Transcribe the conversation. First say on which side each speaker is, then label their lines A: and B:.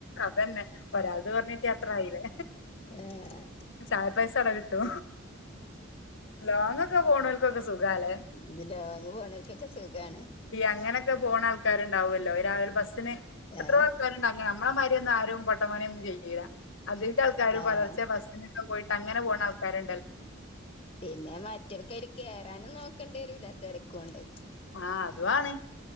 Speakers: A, on the left; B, on the left.
A: അതന്നെ ഒരാൾതെ കൊറഞ്ഞ് കിട്ടിയ അത്ര ആയില്ലേ
B: ആഹ്
A: ചാ പൈസ അവിടെ കിട്ടോ ലോങ്ങ് ഒക്കെ പോണവർക്കൊക്കെ സു ഖാലേ
B: ഇത് ലോങ്ങ് പോണോർക്കൊക്കെ സുഖാണ്
A: അങ്ങനക്കെ പോണ ആൾക്കാരുണ്ടാവുല്ലോ രാവിലെ ബസ്സിന് എത്രപേർ
B: ആഹ്
A: ആൾക്കാരൊണ്ട് അങ്ങന നമ്മളെ മാര്യോന്നും ആരും പൊട്ടപ്പണിയൊന്നും ചെയ് വീലാ അതിന്റെ ആൾക്കാര്
B: ആഹ്
A: പലർച്ചേ ബസിന് പോയിട്ട് അങ്ങനെ പോണ ആൾക്കാര്
B: പിന്നെ മറ്റ കയറാനും നോക്കണ്ടേലൂല തെരക്കൊണ്ട്
A: ആഹ അതുവാണ്